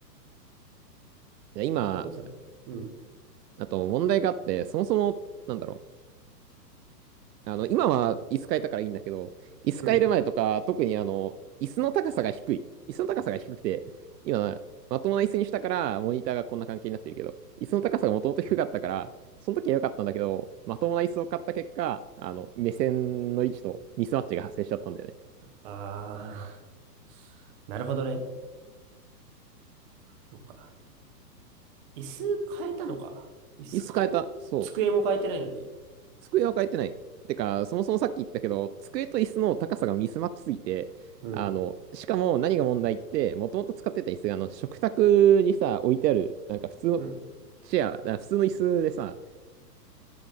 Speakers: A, on the right; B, on the right.
A: いや今、
B: そういうことだから。うん。
A: あと問題があって、そもそも、なんだろう。あの、今は椅子変えたからいいんだけど、椅子変える前とか、
B: うん。
A: 特にあの、椅子の高さが低い。椅子の高さが低くて、今、まともな椅子にしたから、モニターがこんな関係になってるけど、椅子の高さがもともと低かったから、その時は良かったんだけど、まともな椅子を買った結果、あの、目線の位置とミスマッチが発生しちゃったんだよね。
B: ああ。なるほどね。そうか。椅子変えたのか。椅子変える机も変えてないのに。
A: 椅子変えた。そう。机は変えてない。てか、そもそもさっき言ったけど、机と椅子の高さがミスマッチすぎて、
B: うん。
A: あの、しかも何が問題って、もともと使ってた椅子が、あの、食卓にさ、置いてある、なんか普通の
B: うん。
A: チェア、あ普通の椅子でさ、